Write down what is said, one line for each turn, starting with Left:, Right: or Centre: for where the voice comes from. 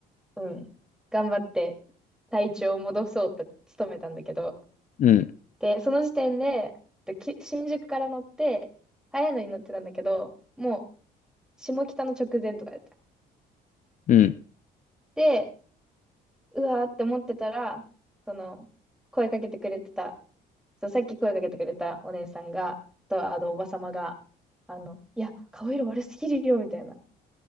Centre: う、うん、頑張って体調を戻そうと努めたんだけど、
Left: うん。
Centre: で、その時点で、でき新宿から乗って、早いのに乗ってたんだけど、もう、下北の直前とかだった。
Left: うん。
Centre: で、うわーって思ってたら、その、声かけてくれてたそう、さっき声かけてくれたお姉さんが、と、あの、おばさまが、あの、いや、顔色悪すぎるよ、みたいな、